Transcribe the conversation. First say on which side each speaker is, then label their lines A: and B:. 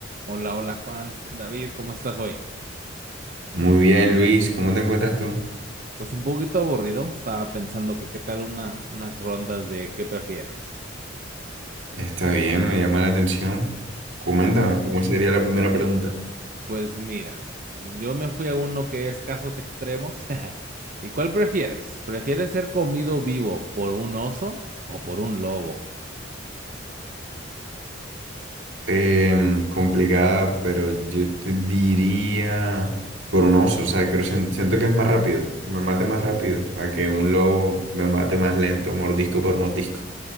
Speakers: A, on the right; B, on the right.
A: Hola, hola Juan, David, ¿cómo estás hoy?
B: Muy bien, Luis, ¿cómo te encuentras tú?
A: Pues un poquito aburrido, estaba pensando que qué tal una, unas rondas de qué prefieres.
B: Está bien, me llama la atención. Coméntame,
A: Ah, bueno,
B: ¿cómo sería la primera pregunta?
A: pues mira, yo me fui a uno que es casos extremos. <laughs> ¿Y cuál prefieres? ¿Prefieres ser comido vivo por un oso o por un lobo?
B: Em, complicada, pero yo te diría por un oso, o sea, creo, sien- siento que es más rápido, que me mate más rápido, a que un lobo me mate más lento, mordisco por mordisco.